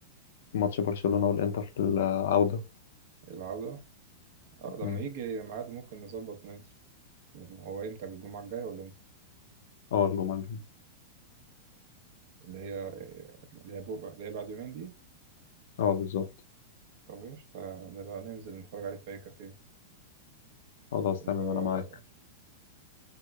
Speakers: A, on the left; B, on the right.
A: ماتش برشلونة والإنتر في العودة
B: العودة اه لما
A: مم.
B: يجي ميعاده ممكن نظبط وننزل يعني هو امتى الجمعة الجاية ولا امتى
A: اه الجمعة الجاية
B: اللي هي اللي هي بكرة اللي هي بعد يومين دي
A: اه بالظبط
B: طب ايش نبقى ننزل نتفرج عليه في أي كافيه
A: خلاص
B: وبس
A: تمام أنا معاك